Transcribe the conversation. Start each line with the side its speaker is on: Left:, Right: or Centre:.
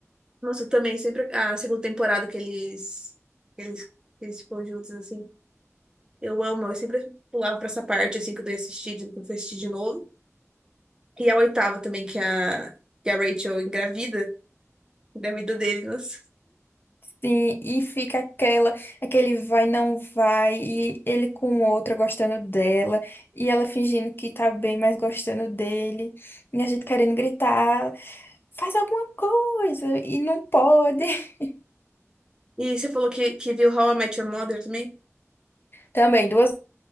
Right: Nossa, eu também, sempre a segunda temporada que eles, que eles, que eles ficam juntos, assim. Eu amo, eu sempre pulava pra essa parte, assim, que eu ia assistir, de- que eu fui assistir de novo. E a oitava também, que a, que a Rachel engravida, engravida dele, nossa.
Left: Sim, e fica aquela, aquele vai, não vai, e ele com outra gostando dela, e ela fingindo que tá bem, mas gostando dele, e a gente querendo gritar, faz alguma coisa, e não pode. <laughs>
Right: E você falou que, que viu How I Met Your Mother também?
Left: Também, duas